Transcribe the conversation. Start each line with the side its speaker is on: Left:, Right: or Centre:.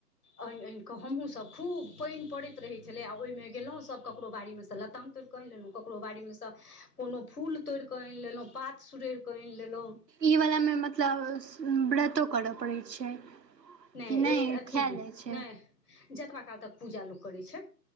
Left: आनि आनि कऽ हमहूँसभ खूब पानि पड़ैत रहैत छलै आ ओहिमे गेलहुँ सभ ककरो बाड़ीमे सँ लताम तोड़ि आनि लेलहु ककरो बाड़ी मे से कोनो फूल तोड़ि कऽ आनि लेलहु पात सुड़ैर कऽ आनि लेलहुँ
Right: ई वलामे मतलब व्रतो करय पड़ैत छै
Left: नहि
Right: कि
Left: ए अथी
Right: खायल जाइ छै
Left: नहि जतबा काल तक पूजा लोक करै छै